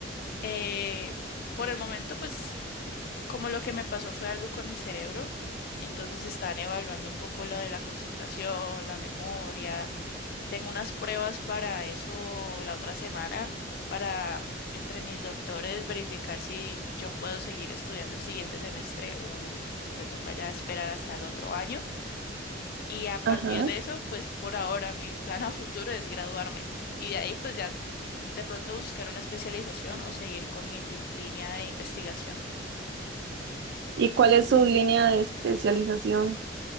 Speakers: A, on the left; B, on the right.
A: eh, por el momento, pues como lo que me pasó fue algo con el cerebro, entonces están evaluando un poco lo de la concentración, la memoria. Tengo unas pruebas para eso la otra semana, para entre mis doctores verificar si yo puedo seguir estudiando el siguiente semestre o me toca ya esperar hasta el otro año. Y a partir
B: Ajá.
A: de eso, pues por ahora mi plan a futuro es graduarme. Y de ahí, pues ya de pronto buscar una especialización o seguir con mi li- línea de investigación.
B: ¿Y cuál es su línea de especialización?